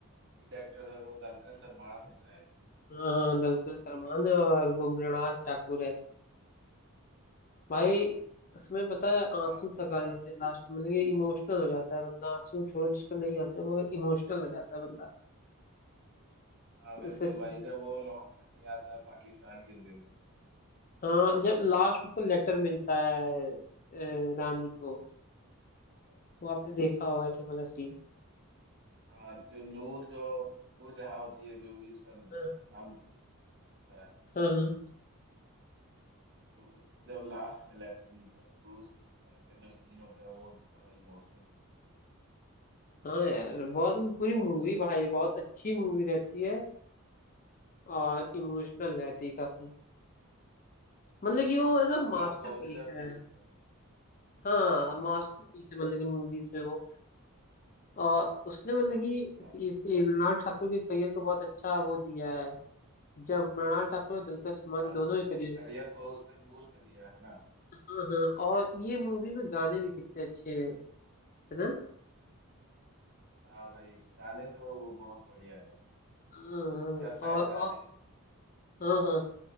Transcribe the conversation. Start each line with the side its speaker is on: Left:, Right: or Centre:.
Right: लीड एक्टर है वो दलकर सलमान है शायद
Left: हाँ
Right: नाम है
Left: हाँ
Right: उसका
Left: दरअसल सलमान है और वो मृणाल ठाकुर है भाई उसमें पता है
Right: हाँ
Left: आंसू
Right: हाँ भाई
Left: तक आ जाते हैं लास्ट में मतलब इमोशनल हो जाता है बंदा आंसू छोड़ो जिसको नहीं आते मगर इमोशनल हो जाता है बंदा
Right: हाँ बिल्कुल
Left: जैसे
Right: भाई जब वो लौट कर नहीं आता पाकिस्तान के जेल से
Left: हाँ जब लास्ट उसको लेटर मिलता है अ, रानी को
Right: हाँ भाई बिल्कुल
Left: वो आपने देखा होगा थे वाला सीन
Right: हाँ जो नूर जो नूर जहाँ होती है जो भी उसका नाम
Left: हाँ
Right: से होता है
Left: हाँ हाँ
Right: तो उसको जब लास्ट में लेटर मिलता है तो उस उस टाइम का जो सीन होता है वो बड़ा इमोशनल होता
Left: हाँ यार बहुत पूरी मूवी भाई बहुत अच्छी मूवी रहती है और इमोशनल रहती है काफी मतलब कि वो एज
Right: है हाँ
Left: अ मास्टरपीस
Right: थोड़ा सोल्जर
Left: है
Right: बेस्ड मूवी
Left: हाँ
Right: हाँ
Left: मास्टरपीस है मतलब कि मूवीज में वो और उसने मतलब कि
Right: हाँ
Left: इस-
Right: भाई
Left: इस- मृणाल ठाकुर के करियर को बहुत अच्छा वो दिया है जब मृणाल ठाकुर और दुलकर सलमान
Right: हाँ
Left: दोनों के करियर
Right: करियर को उसने बूस्ट दिया है ना
Left: हाँ हाँ और ये मूवी में गाने भी कितने अच्छे हैं है ना
Right: हाँ भाई गाने तो वो बहुत बढ़िया है यार
Left: हाँ,
Right: तीन चार
Left: और
Right: शायद
Left: और
Right: गाने
Left: हाँ हाँ